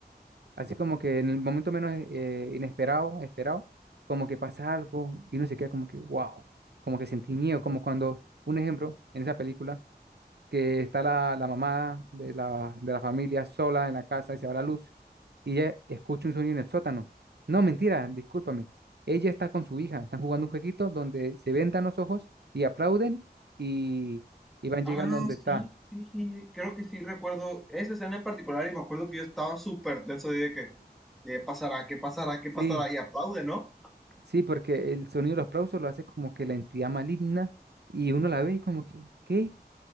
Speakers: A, on the right (about 80°); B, in the centre.
A: Así como que en el momento menos eh, inesperado, esperado, como que pasa algo y uno se queda como que, wow, como que sentí miedo, como cuando, un ejemplo, en esa película, que está la, la mamá de la, de la familia sola en la casa y se va la luz y ella escucha un sonido en el sótano. No, mentira, discúlpame. Ella está con su hija, están jugando un jueguito donde se vendan los ojos y aplauden y, y van
B: Ah,
A: llegando donde está.
B: sí, sí, sí, creo que sí recuerdo esa escena en particular y me acuerdo que yo estaba súper tenso y de que, ¿qué pasará? ¿Qué pasará? ¿Qué
A: Sí,
B: pasará? Y aplaude, ¿no?
A: Sí, porque el sonido de los aplausos lo hace como que la entidad maligna y uno la ve y como que, ¿qué?